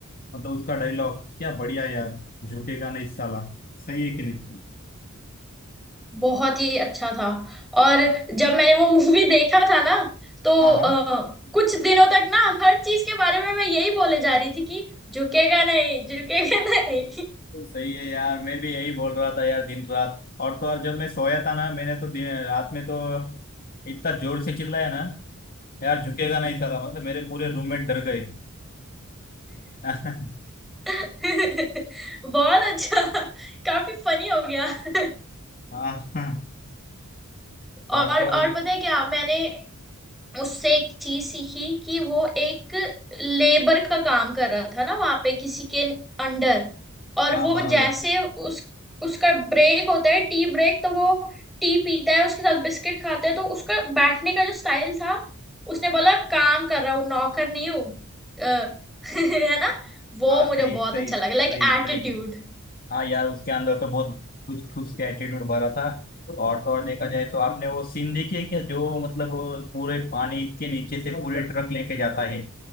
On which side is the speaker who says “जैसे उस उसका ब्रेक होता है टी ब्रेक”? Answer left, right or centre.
Centre